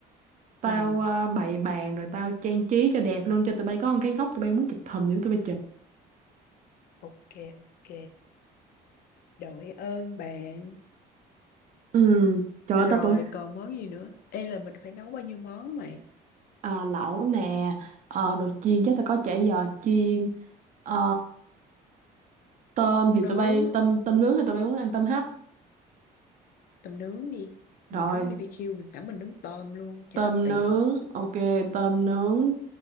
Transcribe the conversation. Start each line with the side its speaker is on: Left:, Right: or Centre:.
Right: tao
Left: ừ
Right: ờ, bày bàn rồi tao trang trí cho đẹp luôn cho tụi bay có một cái góc tụi bay muốn chụp hình gì đó tụi bay chụp
Left: ok ok đội ơn bạn
Right: ừ trời
Left: rồi
Right: ơi tao tưởng
Left: còn món gì nữa Ê là mình phải nấu bao nhiêu món mày
Right: ờ, lẩu nè ờ, đồ chiên chắc tao có chả giò chiên ờ, tôm
Left: món
Right: thì
Left: nướng
Right: tụi bay tôm tôm nướng thì tụi bay muốn ăn tôm hấp
Left: tầm nướng đi
Right: Rồi,
Left: mình nướng BBQ mình sẵn mình nướng tôm luôn cho
Right: tôm
Left: nó tiện
Right: nướng, ok, tôm nướng,